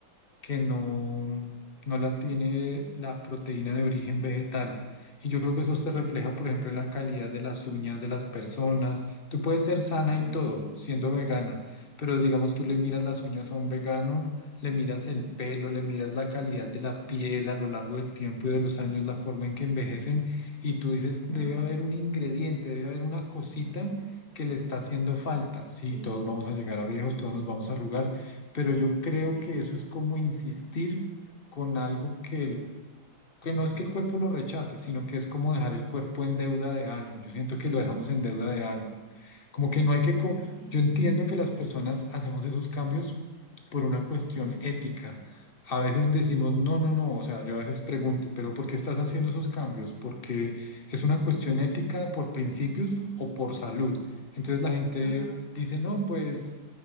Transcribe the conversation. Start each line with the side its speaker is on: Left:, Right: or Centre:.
Left: que no, no la tiene la proteína de origen vegetal. Y yo creo que eso se refleja, por ejemplo, en la calidad de las uñas de las personas. Tú puedes ser sana y
Right: ok.
Left: todo, siendo vegana, pero digamos, tú le miras las uñas a un vegano, le miras el pelo, le miras la calidad de la piel a lo largo del tiempo y de los años, la forma en que envejecen, y tú dices, debe
Right: Ajá.
Left: haber un ingrediente, debe haber una cosita que le está haciendo falta. Sí,
Right: ¿Qué
Left: todos
Right: implica?
Left: vamos a llegar a viejos,
Right: Ok.
Left: todos nos vamos a arrugar, pero yo creo
Right: Sí,
Left: que eso es como insistir con algo que, el- que no es que el cuerpo lo rechace, sino que es como dejar el cuerpo en deuda de algo. Yo siento que lo dejamos en deuda de algo. Como que no hay que... co-
Right: ok.
Left: Yo entiendo que las personas hacemos esos cambios por una cuestión ética. A veces decimos, no, no, no, o sea, yo a veces pregunto, pero ¿por qué estás haciendo esos cambios? ¿Porque es una cuestión ética por principios o por salud? Entonces la gente
Right: Ajá.
Left: dice, no, pues...